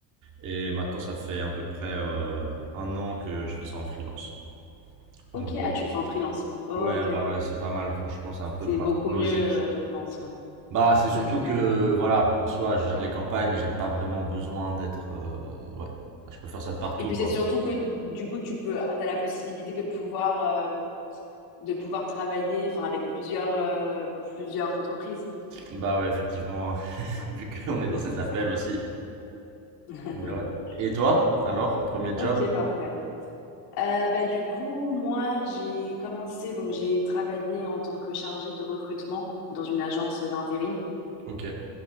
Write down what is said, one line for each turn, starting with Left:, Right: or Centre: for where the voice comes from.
Right: et maintenant ça fait à peu près euh, un an que je fais ça en freelance, en
Left: Ok.
Right: gros.
Left: Ah, tu le fais en freelance. Ok.
Right: Ouais, bah ouais, c'est pas mal, franchement, c'est un peu
Left: C'est
Right: le parcours
Left: beaucoup
Right: logique.
Left: mieux, euh, je pense.
Right: Bah, c'est
Left: ouais.
Right: surtout que,
Left: <laughs>
Right: voilà, en soi, je gère les campagnes, j'ai pas vraiment besoin d'être. euh, Ouais, Enfin, je peux faire ça de partout,
Left: Et puis
Right: quoi.
Left: c'est surtout que du coup tu peux t'as la possibilité de pouvoir euh, de pouvoir travailler enfin avec plusieurs euh, plusieurs entreprises.
Right: Bah, ouais, effectivement, hein, <laughs>
Left: Ouais,
Right: vu qu'on
Left: <laughs>
Right: est dans
Left: Ouais,
Right: cet
Left: c'est
Right: appel
Left: ça.
Right: aussi.
Left: <laughs>
Right: Mais ouais. Et toi, alors, premier job?
Left: Ok, parfait. Euh, bah, du coup, moi, j'ai commencé, donc j'ai travaillé en tant que chargée de recrutement dans une agence d'intérim.
Right: Ok,